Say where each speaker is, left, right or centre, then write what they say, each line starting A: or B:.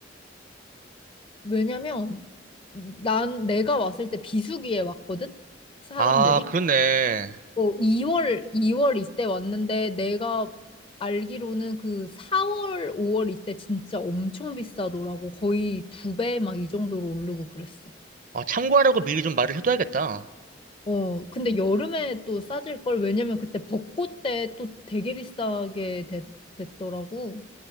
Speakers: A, on the left; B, on the right.
A: 왜냐면 난 내가 왔을 때 비수기에 왔거든? 사람들이.
B: 아, 그렇네.
A: 어, 2월, 이월 이때 왔는데 내가 알기로는 그 4월, 5월 이때 진짜 엄청 비싸더라고. 거의 두 배 막 이 정도로 오르고 그랬어.
B: 아, 참고하라고 미리 좀 말을 해둬야겠다.
A: 어, 근데 여름에 또 싸질 걸 왜냐면 그때 벚꽃 때 또 되게 비싸게 되- 됐더라고.